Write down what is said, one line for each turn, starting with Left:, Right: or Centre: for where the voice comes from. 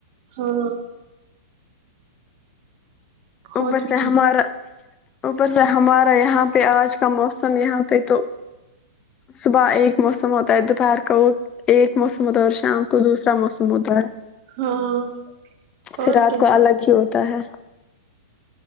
Right: ہاں ہوتی
Left: اوپر سے
Right: جو
Left: ہمارا اوپر سے ہمارا یہاں پہ آج کا موسم یہاں پہ تو صبح ایک موسم ہوتا ہے دوپہر کا وہ ایک موسم ہوتا ہے اور شام کو دوسرا موسم ہوتا ہے
Right: ہاں
Left: پھر
Right: اور
Left: رات
Right: کیا
Left: کو الگ ہی ہوتا تا ہے